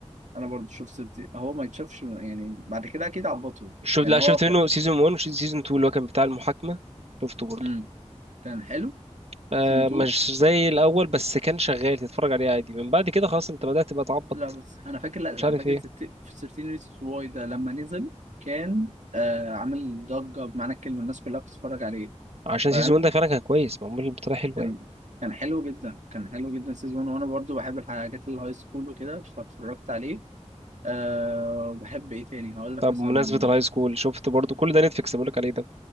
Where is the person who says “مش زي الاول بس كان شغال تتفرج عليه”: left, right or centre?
Right